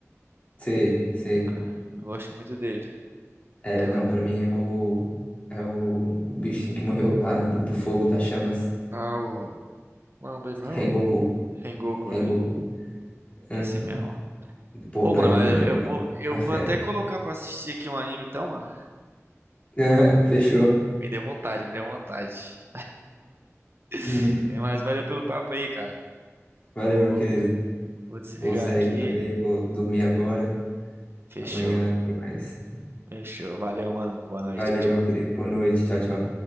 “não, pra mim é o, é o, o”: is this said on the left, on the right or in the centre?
Left